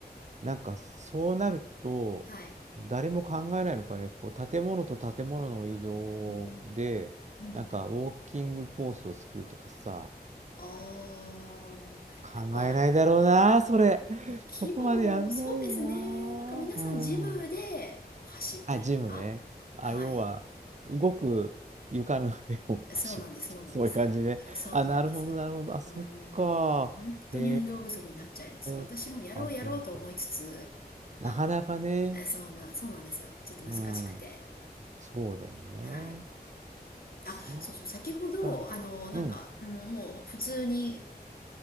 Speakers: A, on the right (about 45°); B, on the left (about 60°).
A: なんかそうなると、
B: あはい。
A: 誰も考えないのかね、こう建物と建物の移動で、
B: うん。うん。
A: なんかウォーキングコースを作るとかさ、
B: ああ。
A: 考えないだろうな、
B: なんか、
A: それ。<laughs>
B: うん規模、
A: そこまでやんないよな。
B: そうですね。なんか皆さんジムで走ったりとか。
A: うん。あ、ジムね。あ、
B: はい。
A: 要は、動く床の上を走るって、
B: そうなんです、そうなんです。
A: <laughs> そういう感じで。
B: そうなんです。
A: あ、なるほど、なるほど。あ、そっか。
B: うーん。本当に運動不足になっちゃいます。
A: へ
B: 私もやろうやろうと思いつつ、
A: え。あ、ほんと。なかなかね。
B: あの、え、そうな、そうなんですよ。ちょっと難しくて。
A: うん。そうだよね。
B: はい。あ、
A: そっ
B: そうそう、先ほど、
A: か。
B: あの、なんか、
A: うん、
B: うん、もう普通に、